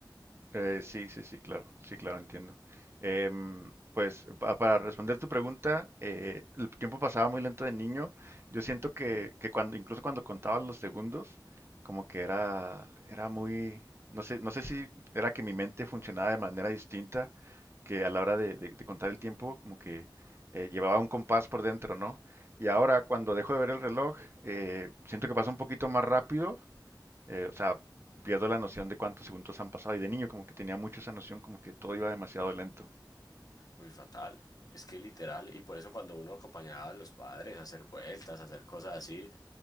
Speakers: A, on the right; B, on the left.
A: Eh, sí, sí, sí, claro, sí, claro, entiendo. Em, pues pa- para responder tu pregunta, eh, el tiempo pasaba muy lento de niño. Yo siento que, que cuando, incluso cuando contaba los segundos, como que era, era muy, no sé, no sé si era que mi mente funcionaba de manera distinta, que a la hora de, de- de contar el tiempo, como que eh, llevaba un compás por dentro, ¿no? Y ahora cuando dejo de ver el reloj, eh, siento que pasa un poquito más rápido eh, o sea, pierdo la noción de cuántos segundos han pasado. Y de niño como que tenía mucho esa noción, como que todo iba demasiado lento.
B: Uy, fatal. Es que literal, y por eso cuando uno acompañaba a los padres a hacer vueltas, a hacer cosas así,